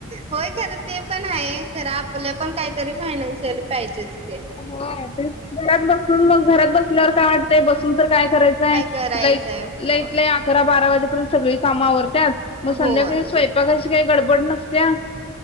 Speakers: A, on the right; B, on the left.
A: होय काय आता ते पण आहे खरं आपलं पण काहीतरी फायनान्शियल पाहिजेच की
B: होय तेच कि घरात बसून मग घरात बसल्यावर काय वाटतय बसून तर काय करायचं काय
A: करायचंय
B: लई तं
A: होय
B: लई अकरा बारा वाजेपर्यंत सगळी कामं आवरत्यात मग
A: होय
B: संध्याकाळी स्वपा काची काय काय गडबड नसत्या